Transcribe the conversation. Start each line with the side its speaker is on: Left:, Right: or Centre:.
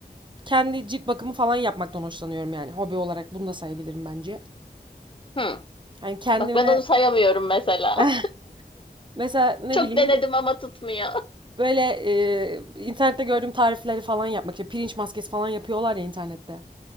Right: kendi cilt bakımı falan yapmaktan hoşlanıyorum yani. Hobi olarak bunu da sayabilirim bence.
Left: Hı.
Right: Hani kendime
Left: Bak ben onu sayamıyorum mesela.
Right: <laughs> mesela
Left: <laughs>
Right: ne
Left: Çok
Right: bileyim
Left: denedim ama tutmuyor. <laughs>
Right: böyle e, internette gördüğüm tarifleri falan yapmak. İşte pirinç maskesi falan yapıyorlar ya internette.